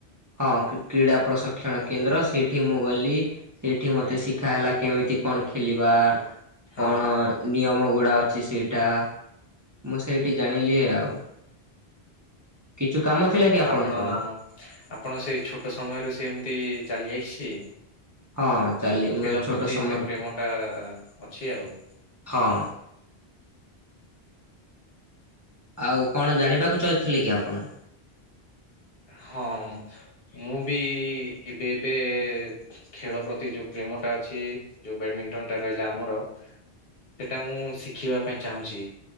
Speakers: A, on the right; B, on the left.
A: ହଁ କ୍ରୀଡ଼ା ପ୍ରଶିକ୍ଷଣ
B: ହୁଁ
A: କେନ୍ଦ୍ର ସେଇଠି ମୁଁ ବଲି ସେଇଠି ମତେ
B: ହୁଁ
A: ଶିଖା ହେଲା କେମିତି କଣ ଖେଳିବା
B: ହଁ
A: କଣ ନିୟମ ମଗୁଡ଼ା ଅଛି ସେଇଟା ମୁଁ ସେଇଠି ଜାଣିଲି ଆଉ କିଛୁ କାମ
B: ହୁଁଁ
A: ଥିଲା କି ଆପଣଙ୍କର?
B: ଆପଣ ଆପଣ ସେଇ ଛୋଟ ସମୟରୁ ସେମତି ଚାଲି ଯାଇଛି।
A: ହଁ ଚାଲି
B: ଖେଳ
A: ମୁଁ ଛୋଟ
B: ପ୍ରତି
A: ସମର
B: ଏତେ ପ୍ରେମ ଟା ଅଛି ଆଉ।
A: ହଁ ଆଉ କଣ ଜାଣିବାକୁ ଚାହୁଁଥିଲେ କି ଆପଣ।
B: ହଁ ମୁଁ ବି ଏବେ ଏବେ ଖେଳ ପ୍ରତି ଯୋଉ ପ୍ରେମ ଟା ଅଛି। ଯୋଉ ବ୍ୟାଡ଼ମିଣ୍ଟନ ଟା ରହିଲା ଆମର ସେଟା ମୁଁ ଶିଖିବା ପାଇଁ ଚାହୁଁଛି।